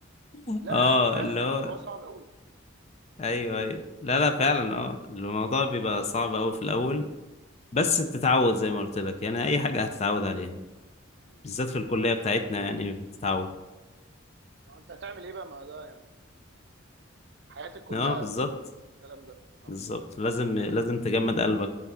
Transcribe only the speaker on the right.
لا
لا فعلا
الموضوع
صعب قوي
مم.
انت هتعمل ايه بقى ما ده يعني حياتك كلها
في ال- في الكلام ده اه